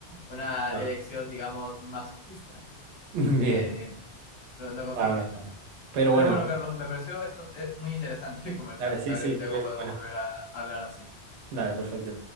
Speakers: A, on the left; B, on the right.
A: una
B: Claro.
A: elección, digamos, masoquista.
B: <laughs>
A: Eh,
B: Bien,
A: no, no conseguirías
B: la verdad.
A: nada.
B: Pero
A: Pero
B: bueno,
A: bueno, Carlos, me pareció esto eh, muy interesante <laughs> conversarlo.
B: dale, sí,
A: Tal
B: sí,
A: vez
B: estuvieron
A: luego podemos
B: buenas.
A: volver a hablar así.
B: Dale, perfecto.